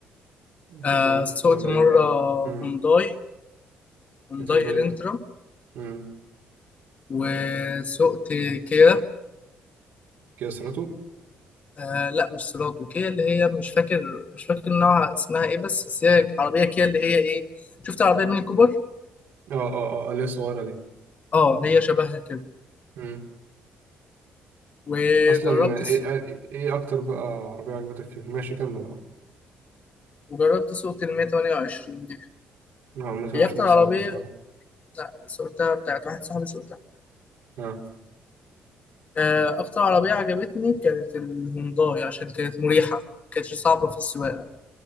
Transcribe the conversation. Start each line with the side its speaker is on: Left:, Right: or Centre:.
Right: فترات
Left: آه سوقت
Right: قليلة
Left: مره
Right: امم
Left: هونداي هونداي
Right: كانت هنداي
Left: الانترا
Right: امم
Left: وسوقت كيا
Right: كيا سيرته
Left: آه لا مش سيراتو كيا اللي هي مش فاكر مش فاكر نوعها اسمها ايه بس بس هي عربيه كيا اللي هي ايه شفت عربيه ميني كوبر
Right: اه اه اه اللي هي الصغيرة
Left: اه هي شبهها كده
Right: دي
Left: وجربت
Right: اصلا ايه
Left: السوق
Right: ايه إيه اكتر بقى عربيه عجبتك فيه ماشي كمل اه
Left: وجربت سوقت المية 128 دي
Right: اه مثلا
Left: هي
Right: عشان
Left: اكتر
Right: دي صعبه
Left: عربيه
Right: الصراحه
Left: لا سوقتها بتاعت واحد صاحبي سوقتها
Right: اه
Left: آه، أكتر عربية عجبتني كانت الهونداي عشان كانت مريحة ما كانتش صعبة في السواقة